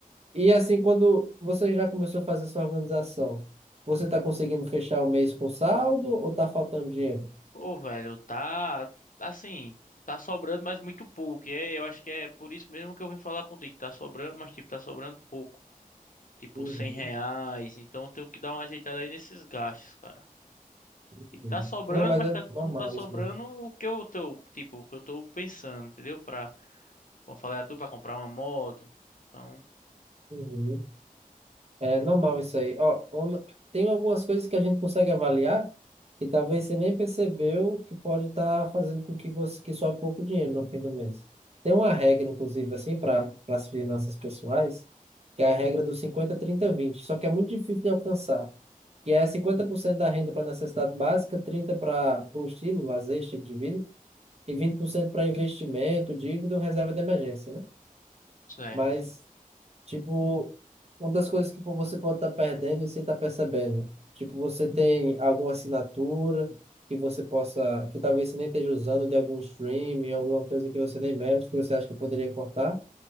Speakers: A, on the right (about 45°); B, on the left (about 65°).
A: E assim, quando você já começou a fazer sua organização, você está conseguindo fechar o mês com saldo ou está faltando dinheiro?
B: Pô, velho, tá tá assim, tá sobrando, mas muito pouco. E é, eu acho que é por isso mesmo que eu vim falar contigo. Tá sobrando, mas tipo, tá sobrando pouco. Tipo,
A: Uhum,
B: 100 reais. Então eu tenho que dar uma ajeitada aí nesses gastos, cara. Tipo,
A: uhum,
B: tá sobrando,
A: Não, mas
B: mas
A: é
B: tá,
A: normal
B: não tá sobrando
A: isso mesmo.
B: o que eu tô, tipo, o que eu tô pensando, entendeu? Pra, como eu falei a tu, pra comprar uma moto. Então,
A: uhum. É normal isso aí. Ó, on- tem algumas coisas que a gente consegue avaliar e talvez você nem percebeu que pode estar fazendo com que você que só pouco dinheiro no fim do mês. Tem uma regra, inclusive, assim, para para as finanças pessoais, que é a regra do 50, 30, 20. Só que é muito difícil de alcançar. que é 50% da renda para necessidade básica, 30% para o estilo, lazer, estilo de vida, e 20% para investimento, dívida ou reserva de emergência, né?
B: certo.
A: Mas Tipo, uma das coisas que pô, você pode estar perdendo e sem estar percebendo. Tipo, você tem alguma assinatura que você possa, que talvez você nem esteja usando de algum streaming, alguma coisa que você nem mexe, que você acha que poderia cortar?